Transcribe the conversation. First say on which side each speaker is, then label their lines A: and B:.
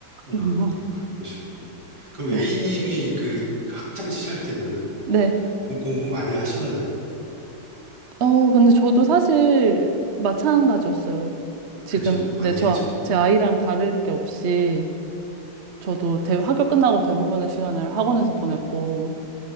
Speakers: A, on the right; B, on the right.
A: <laughs>
B: 아, 그렇고, 그러시군요. 그럼
A: 네.
B: A님이 그 학창 시절 때는
A: 네.
B: 공- 공부 많이 하셨나요?
A: 어, 근데 저도 사실 마찬가지였어요. 지금,
B: 그죠? 많이
A: 네, 저,
B: 했죠.
A: 제 아이랑 다를 게 없이 저도 대, 학교 끝나고 대부분의 시간을 학원에서 보냈고,